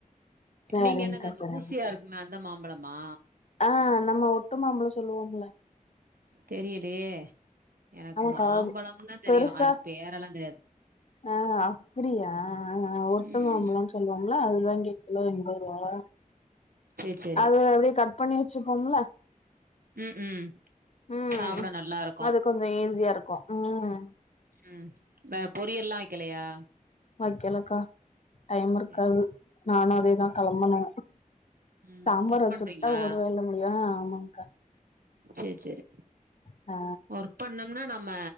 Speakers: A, on the left (about 50°); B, on the right (about 90°).
A: சரிங்க்கா
B: நீங்க என்னது அந்த
A: சரிங்க்கா
B: ஊசியா இருக்குமே அந்த மாம்பழமா
A: ஆ நம்ம ஒட்டுமாம்பழம் சொல்லுவோம்ல
B: தெரியலேயே எனக்கு
A: ஆமாக்கா
B: மாம்பழம்ல்லாம் தெரியும்
A: பெருசா
B: அதுக்கு பேரெல்லாம் தெரியாது
A: ஆ அப்டியா ஆ ஆ ஒட்டுமாம்பழம்
B: ம்.
A: சொல்லுவாங்கள அதுலா இங்க கிலோ எண்பது ரூபா
B: சரி, சரி.
A: அது அப்டியே கட் பண்ணி வச்சுப்போம்ல
B: ம், ம்.
A: ம்
B: சாப்பிட நல்லாருக்கும்.
A: அது கொஞ்சம் ஈஸியா இருக்கும் ம்
B: ம் வேற பொரியல்லாம் வைக்கலையா
A: வைக்கலக்கா டைம் இருக்காது
B: சேரி சே
A: நானும் அதேதான் கிளம்பனோ
B: ம்
A: சாம்பார்
B: ஒர்க்
A: வச்சுட்டா
B: பண்றீங்களா
A: ஒருவேல்ல முடியும் ஆ ஆமாக்கா
B: சேர் சேரி
A: ஆ
B: ஒர்க் பண்ணோம்னா நம்ம